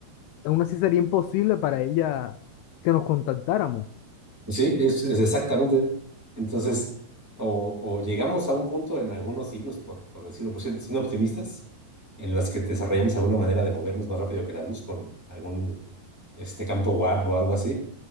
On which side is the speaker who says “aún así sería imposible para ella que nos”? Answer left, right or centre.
Left